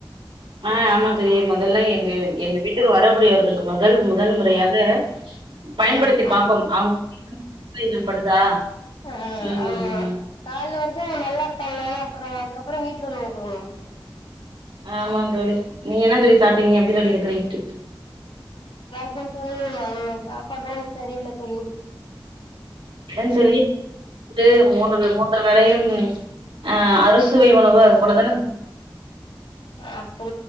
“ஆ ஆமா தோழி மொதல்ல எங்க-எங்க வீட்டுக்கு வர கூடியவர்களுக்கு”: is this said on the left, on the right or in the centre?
Right